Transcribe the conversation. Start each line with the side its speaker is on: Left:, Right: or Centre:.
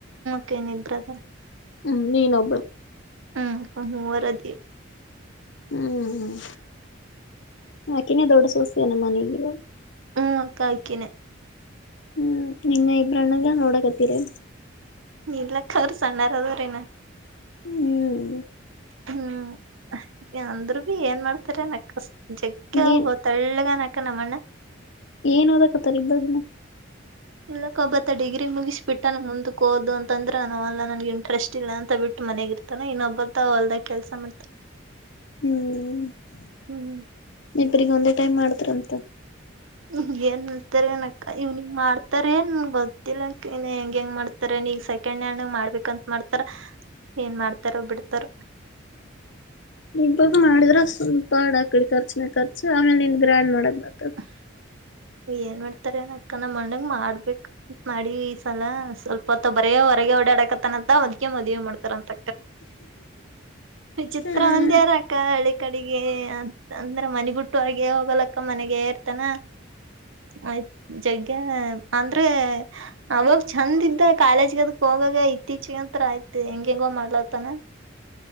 Right: ಕೇನ ಬ್ರದರ್
Left: ಹ್ಮ್ ನೀನ್ ಒಬ್ಬಳು
Right: ಹ್ಮ್ ಅ ಮೂವರ ಅದ
Left: ಹ್ಮ್ ಹ್ಮ್ ನಾಕನ್ನ ದೊಡ್ಡ ಸಸ್ಯನ ಮನೆಗೆ
Right: ಹ್ಮ್ ಕಾಯಕಿನ
Left: ಹ್ಮ್ ನಿನ್ ಇಬ್ರಣ್ಣಲ್ಲ ನೋಡಕತ್ತೀರಿ
Right: ಇಲ್ಲಕ್ಕ ಅವ್ರ ಸಣ್ಣಾರ ಅದರೇನ
Left: ಹ್ಮ್
Right: ಹ್ಮ್ ಅಂದ್ರರು ಭ ಏನ್ ಮಾಡ್ತಾರೆ ನಕ್ ಕಷ್ಟ ಜಕ್ಕ
Left: ಏನ್
Right: ಬ ತಳ್ಳಗ ನಕ್ಕಣಮ್ಮಣ್ಣ
Left: ಏನ್ ಹದಕತಾರ ಇದ್ದೋ ಇಲ್ಲ
Right: ಇಲ್ಲಕ್ಕ ಒಬ್ಬತ್ತ ಡಿಗ್ರಿ ಮುಗಿಸಿ್ ಬಿಿಟ್ಟಾನ ಮುಂದ ಹಓೋದು ಅಂದ್ರ ನಲ್ಲಾ ನನ್ಗ್ ಇಂಟ್ರೆಸ್ಟ್ ಇಲ್ಲ ಅಂತ ಬಿಟ್ಟು ಮನೆಗಿರ್ತಾನ ಇನ್ನೊಬ್ಬತ್ ಅವಲ್ದ ಕೆಲ್ಸ ಮಾಡ್ತಾರ
Left: ಹ್ಮ್
Right: ಹ್ಮ್
Left: ನಿಪ್ರಗ ಒಂದೇ ಟೈಮ್ ಮಾಡ್ತ್ರಂತ
Right: ಹ ಏನ್ ಅಂತಾರನಕ್ಕ ಇವ್ನಿಂಗ ಮಾಡ್ತಾರ ಏನ್ ಗೊತ್ತಿಲ್ಲ ನ್ ಹೆಂಗ ಹೆಂಗ ಮಾಡ್ತಾರ ನೀಗ ಸೆಕೆಂಡ್ ಹಣ್ಣಂಗ ಮಾಡ್ಬೇಕಂತ ಮಾಡ್ತಾರ ಏನ್ ಮಾಡ್ತಾರ ಬಿಡ್ತಾರ
Left: ಇ ಬಾಗ ಮಾಡಿದ್ರ ಸ್ವಲ್ಪ ಆಡಾಕ್ಡಿ ಖರ್ಚನ ಖರ್ಚು ಆಮೇಲೆ ನಿನ್ ಗ್ರ್ಯಾಂಡ್ ಮಾಡಕ್ ಬರ್ತದ
Right: ಹ್ಹ ಏನ್ ಮಾಡ್ತಾರ ಅಕ್ಕನ ಮಂಡಂಗ ಮಾಡ್ಬೇಕಕ್ ಮಾಡಿ ಈ ಸಲ ಸ್ವಲ್ಪ ಹೊತ್ತ ಬರವರ ಓಡಾಡಕತನ ಅಂತ ಅದ್ೆ ಮದುವವಿ ಮಾಡತ ಅಂತ ಚಿತ್ರ
Left: ಹ್ಮ್
Right: ಒಂದ ಯಾರಕ್ಕ ಅಳೆ ಕಡೆಗೆ ಅ ಅಂದ್ರ ಮನ ಬಿಟ್ಟವರ್ಗೆ ಹೋಗಲಕ್ಕ ಮನೆಗ ಇರ್ತಾನ ಆಯ್ತ್ ಜಗ್ಗ ಅಂದ್ರೆ ಅವಾಗ ಚಂದ ಇದ್ದ ಕಾಲೇಜ್ಗ ಅದಕ್ ಹೋಗಾಗ ಇತ್ತೀಚೆಗೆತ್ರರ ಆಯ್ತ್ ಹೆಂಗ ಹೆಂಗ ಮಾಡ್ಲತಾನ